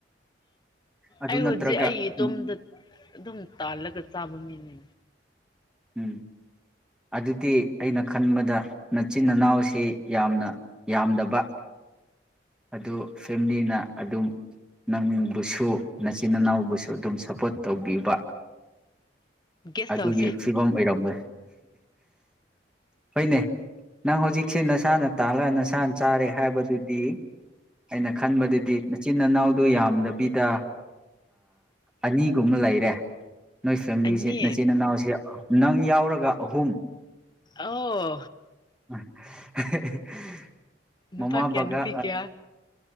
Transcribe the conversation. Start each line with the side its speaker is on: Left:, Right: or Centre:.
Centre: ꯑꯗꯨ
Left: ꯑꯩ
Centre: ꯅꯠꯇ꯭ꯔꯒ
Left: ꯍꯧꯖꯤꯛ ꯑꯩ ꯏꯇꯣꯝꯗ
Centre: ꯎꯝ
Left: ꯑꯗꯨꯝ ꯇꯥꯜꯂꯒ ꯆꯥꯕ ꯃꯤꯅꯦ
Centre: ꯎꯝ ꯑꯗꯨꯗꯤ ꯑꯩꯅ ꯈꯟꯕꯗ ꯃꯆꯤꯟ ꯃꯅꯥꯎꯁꯤ ꯌꯥꯝꯅ ꯌꯥꯝꯗꯕ ꯑꯗꯨ ꯐꯦꯃꯤꯂꯤꯅ ꯑꯗꯨꯝ ꯅꯪꯕꯨꯁꯨ ꯃꯆꯤꯟ ꯏꯅꯥꯎꯕꯨꯁꯨ ꯑꯗꯨꯝ ꯁꯄꯣꯔꯠ ꯇꯧꯕꯤꯕ
Left: ꯒꯦꯁ
Centre: ꯑꯗꯨꯒꯤ
Left: ꯇꯧꯁꯦ
Centre: ꯐꯤꯕꯝ ꯑꯣꯏꯔꯝꯃꯣꯏ ꯍꯣꯏꯅꯦ ꯅꯪ ꯍꯧꯖꯤꯛꯁꯦ ꯅꯁꯥꯅ ꯇꯥꯜꯂꯒ ꯅꯁꯥꯅ ꯆꯥꯔꯦ ꯍꯥꯏꯕꯗꯨꯗꯤ ꯑꯩꯅ ꯈꯟꯕꯗꯨꯗꯤ ꯏꯆꯤꯟ ꯏꯅꯥꯎꯗ ꯌꯥꯝꯗꯕꯤꯗ ꯑꯅꯤꯒꯨꯝꯕ ꯂꯩꯔꯦ ꯅꯣꯏ ꯐꯦꯃꯤꯂꯤꯁꯦ
Left: ꯑꯅꯤ
Centre: ꯃꯆꯤꯟ ꯏꯅꯥꯎꯁ ꯅꯪ ꯌꯥꯎ ꯭ꯔꯒ ꯑꯍꯨꯝ
Left: ꯑꯣ
Centre: <inaudible>
Left: ꯅꯨꯄꯥ
Centre: ꯃꯃꯥ
Left: ꯀꯌꯥ
Centre: ꯕꯒꯥ
Left: ꯅꯨꯄꯤ ꯀꯌꯥ